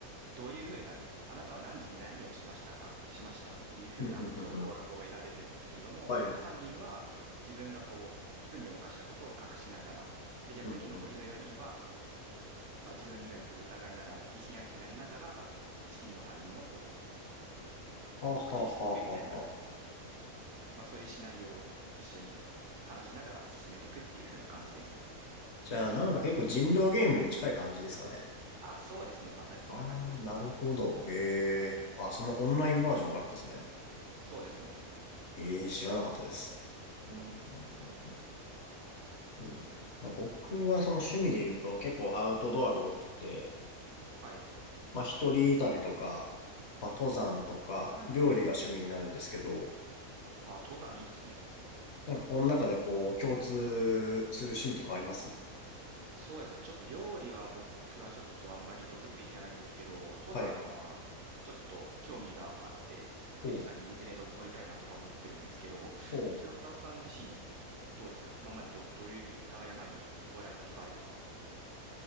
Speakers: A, on the right; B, on the left.
A: どういうふうな、あなたは何時に何をしましたか、しましたっていうふうな情報がこう得られるんですけれども、
B: うん、うん、うん、うん。はい。
A: まあ、犯人は自分がこう、罪を犯したことを隠しながら、で、逆に残りの4人は、
B: うん、うん、うん。
A: まあ、自分以外をこう疑いながら、疑心暗鬼になりながら、真の犯人をこう
B: はあ、
A: 特定していくみたいな、
B: はあ、はあ、はあはあ。
A: まあ、そういうシナリオを一緒に話しながら進めていくっていう風な感じですね。
B: じゃあ、なんか結構人狼ゲームに近い感じですかね。
A: あ、そうですね。まさにそんな感じですね。
B: ああ、なるほど。へえ。あ、そのオンラインバージョンがあるんですね。
A: そうですね。
B: ええ、知らなかったです。うん、うん、うん、うん。まあ、僕はその趣味で言うと結構アウトドアが多くて、
A: はい。
B: まあ、一人旅とか、まあ、登山とか、料理が趣味になるんですけど、
A: あ、登山いいですね。
B: なんかこの中でこう、共通する趣味とかあります
A: そうですね。ちょっと料理は僕はちょっとあんまり得意じゃないんですけど、登山はちょっと興味があって、
B: はい。ほう。
A: 富士山にいずれ登りたいなとか思ってるんですけど、
B: ほう。
A: 豊原さん自身どうですか今までど、どういった山に登られたとかあれば。